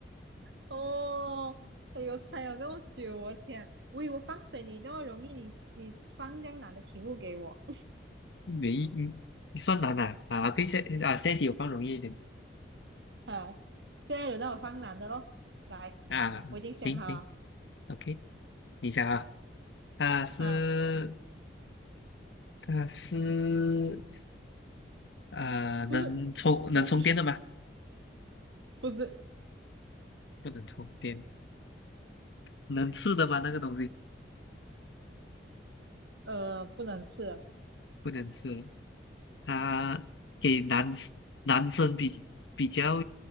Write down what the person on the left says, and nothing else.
没嗯算难啊啊，可以下啊下一题我放容易一点
啊，
行行，OK，你想啊，啊是
啊是啊能充能充电的吗？
不能充电，能吃的吗？那个东西
不能吃他给男生男生比比较